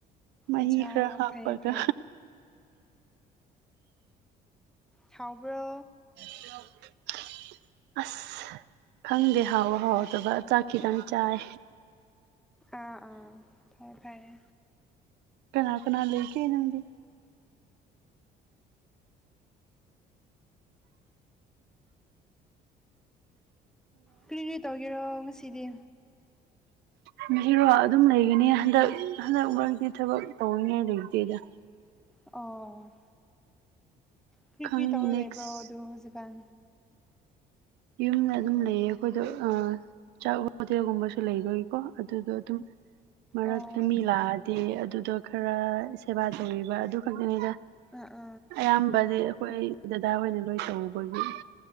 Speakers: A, on the right; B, in the centre.
A: ꯃꯍꯤ
B: ꯑꯠꯁꯥ
A: ꯈꯔ ꯍꯥꯞꯄꯒ
B: ꯐꯩꯌꯦ ꯐꯩꯌꯦ ꯈꯥꯎꯕ꯭ꯔꯣ
A: <inaudible> ꯑꯁ ꯈꯪꯗꯦ ꯍꯥꯎꯕ ꯍꯥꯎꯇꯕ ꯆꯥꯛ ꯈꯤꯇꯪ ꯆꯥꯏ
B: ꯑꯥ ꯑꯥ ꯐꯔꯌꯦ ꯐꯔꯌꯦ
A: ꯀꯅꯥ ꯀꯅꯥ ꯂꯩ ꯀ ꯏꯅꯗꯤ
B: ꯀꯔꯤ ꯀꯔꯤ ꯇꯧꯒꯦꯔꯣ ꯉꯁꯤꯗꯤ
A: ꯎ ꯃꯤꯒꯤꯔꯣ ꯑꯗꯨꯝ ꯂꯩꯒꯅꯤ ꯍꯟꯗꯛ ꯍꯟꯗꯛ ꯃꯔꯛꯇꯤ ꯊꯕꯛ ꯇꯧꯅꯤꯉꯥꯏ ꯂꯩꯇꯦꯗ
B: ꯑꯣ ꯀ꯭ꯔꯤ
A: ꯈꯪ
B: ꯀ꯭ꯔꯤ ꯇꯧꯔ
A: ꯅꯦꯛꯁ
B: ꯂꯩꯕ꯭ꯔꯣ ꯑꯗꯨ ꯍꯧꯖꯤꯛꯀꯥꯟ
A: ꯌꯨꯝꯗ ꯑꯗꯨꯝ ꯂꯩꯌꯦ ꯑꯩꯈꯣꯏꯗ ꯑ ꯆꯥꯛ ꯍꯣꯇꯦꯜꯒꯨꯝꯕꯁꯨ ꯂꯩꯕꯒꯤꯀꯣ ꯑꯗꯨꯗꯣ ꯑꯗꯨꯝ ꯃꯔꯛꯇ
B: ꯑꯣ
A: ꯃꯤ ꯂꯥꯛꯑꯗꯤ ꯑꯗꯨꯗꯣ ꯈꯔ ꯁꯦꯕꯥ ꯇꯧꯕꯤꯕ ꯑꯗꯨ ꯈꯛꯇꯅꯤꯗ
B: ꯎꯝ ꯎ <unintelligible>
A: ꯑꯌꯥꯝꯕꯗꯤ ꯑꯩꯈꯣꯏ ꯗꯗꯥ ꯍꯣꯏꯅ ꯂꯣꯏ ꯇꯧꯕꯒꯤ